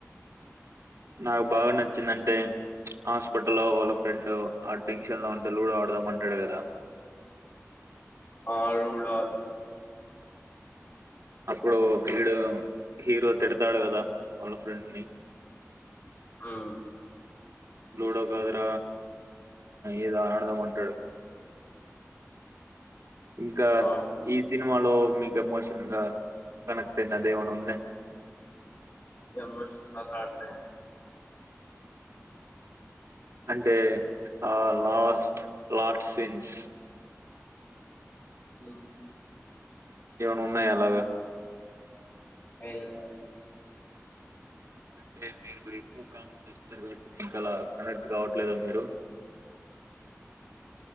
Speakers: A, on the right (about 65°); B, on the left (about 50°).
A: నాకు బాగా నచ్చిందంటే హాస్పిటల్లో వాళ్ళ ఫ్రెండ్ ఆ టెన్షన్ లో ఉంటే లూడో ఆడదామంటాడు కదా
B: అ రూడు
A: అప్పుడు వీడు హీరో తిడతాడు కదా వాళ్ళ ఫ్రెండ్ ని
B: ఆ
A: డ కాద్ర ఇద ఆడదా మాంటడు ఇంకా
B: అవును
A: ఈ సినిమా సినిలో మీకుమోషన్ంగా కనెక్ట్ అయింది దేవన ఉంద
B: ఎం ఎస్ ఉండాలి రా అంటే
A: అంటే ఆ లాస్ట్ లాస్ట్ సీన్స్
B: <inaudible>
A: ఏమనా ఉన్నాయా అలాగా
B: ఏ లేవ్
A: అంటే మీరు ఎక్కువ కామెంట్ చేస్తారు కాబట్టి ఇకా అలా కనెక్ట్ కావట్లేదా మీరు